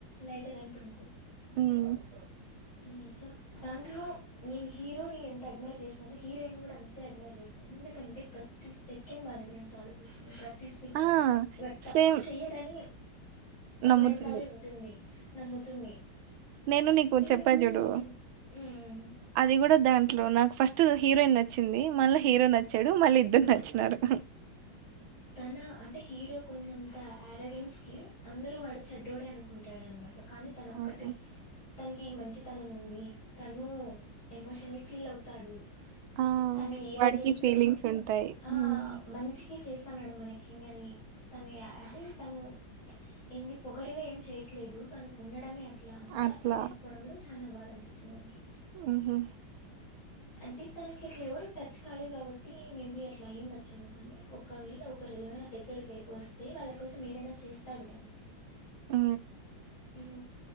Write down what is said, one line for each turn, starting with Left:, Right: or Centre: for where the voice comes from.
Left: 'లైటర్ అండ్ ప్రిన్సెస్'.
Right: ఉ <unintelligible>
Left: నిజం దాంట్లో నేను హీరో ని ఎంత అడ్మైర్ చేసినానో హీరోయిన్ కూడా అంతే అడ్మైర్ చేసా ఎందుకంటే ప్రతి సెకండ్ దాని గురించి ఆలోచిస్తుంది ప్రతి సెకండ్
Right: ఆ
Left: లాప్ టాప్
Right: సేమ్
Left: అప్పుడు చెయ్యడని తన
Right: నమ్ముతుంది
Left: వెనకాలే ఉంటుంది నమ్ముతుంది
Right: నేను
Left: అంటే
Right: నీకు చెప్పా చూడు
Left: ఉమ్ ఉమ్
Right: అది కూడా దాంట్లో నాకు ఫస్ట్ హీరోయిన్ నచ్చింది మళ్ళీ హీరోన్ నచ్చాడు మళ్ళీ ఇద్దరు నచ్చినారు
Left: తన అంటే హీరో కొన్నంత ఆరగన్స్ కి అందరూ వాడు చెడ్డడు అనుకుంటాడునమాట కానీ తన ఒక్కటే
Right: అవునా
Left: తనకి మంచితనం ఉంది తను ఎమోషన్ ని ఫీల్ అవుతాడు
Right: ఆ
Left: తను ఏది
Right: వాడికి
Left: చేయనా
Right: ఫీలింగ్స్ ఉంటాయి
Left: ఆ
Right: ఉమ్,
Left: రోజుకి చేస్తాన్నాడు మనకి అది తను అంటే తను ఇంది పొగరుగా ఏం చెయట్లేదు తను ఉండడమే అ ఇట్లా అంతా
Right: అట్లా
Left: అర్థం చేసుకోవడంలో చనా బాగా అనిపించింది మనకి
Right: ఉహు
Left: అంటే తనకి ఇట్లా ఎవరు టచ్ కాలేదు కాబట్టి మేబి అట్లా అయి ఉండొచ్చేమో కాని ఒకవేళ ఒకరు ఏదమైనా నా దగ్గరకి వస్తే వాళ్ళ కోసం ఏదైనా చేస్తేడు అతను
Right: ఉ
Left: ఊ